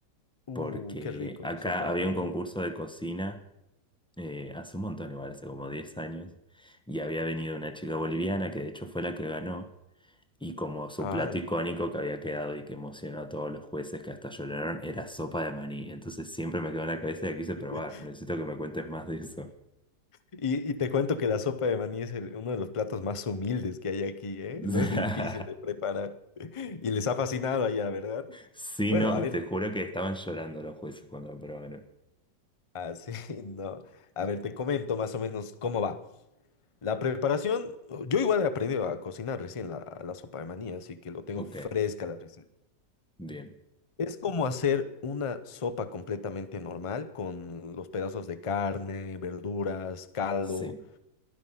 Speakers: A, on the left (about 45°); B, in the centre.
A: uh,
B: porque
A: qué rico
B: acá
A: la sopa
B: había
A: de maní.
B: un concurso de cocina eh, hace un montón, igual, hace como 10 años, y había venido una chica boliviana que de hecho fue la que ganó. Y como su
A: Ah.
B: plato icónico que había quedado y que emocionó a todos los jueces que hasta lloraron era sopa de maní. Entonces siempre me quedó en la cabeza y la quise probar.
A: <laughs>
B: Necesito que me cuentes más de eso.
A: Y, y te cuento que la sopa de maní es el- uno de los platos más humildes que hay aquí, ¿eh?
B: <laughs>
A: No es difícil de preparar. <laughs> Y les ha fascinado allá, ¿verdad?
B: Sí,
A: Bueno,
B: no,
A: a ver,
B: te juro que estaban llorando los jueces cuando lo probaron.
A: <laughs> sí, no. A ver, te comento más o menos cómo va. La preparación, yo igual he aprendido a cocinar recién la, la sopa de maní, así que lo tengo
B: Ok,
A: fresca la receta.
B: bien.
A: Es como hacer una sopa completamente normal con los pedazos de carne, verduras, caldo.
B: Sí.